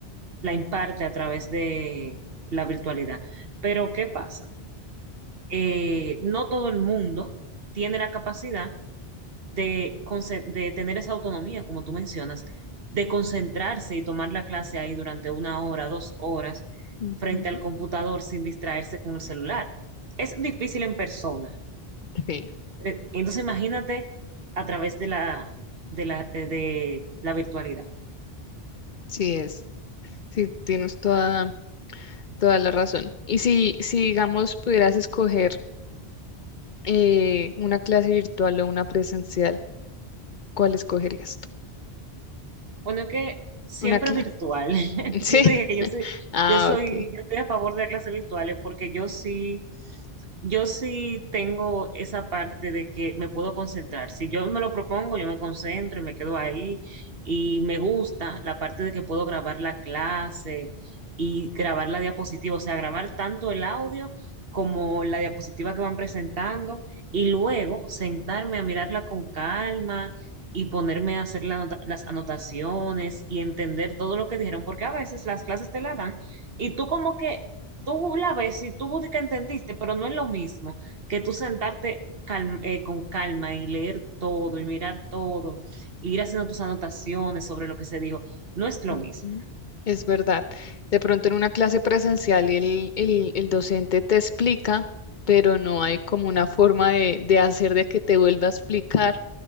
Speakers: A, on the right; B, on the left.
A: la imparte a través de la virtualidad. Pero ¿qué pasa? Eh, no todo el mundo tiene la capacidad de, conce- de tener esa autonomía, como tú mencionas, de concentrarse y tomar la clase ahí durante una hora, dos horas,
B: ujú,
A: frente al computador sin distraerse con el celular. Es difícil en persona.
B: Sí,
A: Eh, Entonces imagínate a través de la, de la, de de la virtualidad.
B: sí es. Sí, tienes toda, toda la razón. Y si, si digamos, pudieras escoger eh, una clase virtual o una presencial, ¿cuál escogerías tú?
A: Bueno, que siempre
B: Una clase.
A: virtual. <laughs>
B: <laughs>
A: Yo
B: Sí.
A: te dije que yo soy,
B: Ah,
A: yo soy,
B: ok.
A: yo estoy a favor de las clases virtuales porque yo sí, yo sí tengo esa parte de que me puedo concentrar. Si yo me lo propongo, yo me concentro y me quedo ahí. Y me gusta la parte de que puedo grabar la clase y grabar la diapositiva, o sea, grabar tanto el audio como la diapositiva que van presentando y luego sentarme a mirarla con calma y ponerme a hacer la anota- las anotaciones y entender todo lo que dijeron, porque a veces las clases te la dan y tú como que, tú la ves y tú de que entendiste, pero no es lo mismo que tú sentarte calm- eh, con calma y leer todo y mirar todo, e ir haciendo tus anotaciones sobre lo que se dijo, no es lo
B: Ujú.
A: mismo.
B: Es verdad. De pronto en una clase presencial el, el, el docente te explica, pero no hay como una forma de, de hacer de que te vuelva a explicar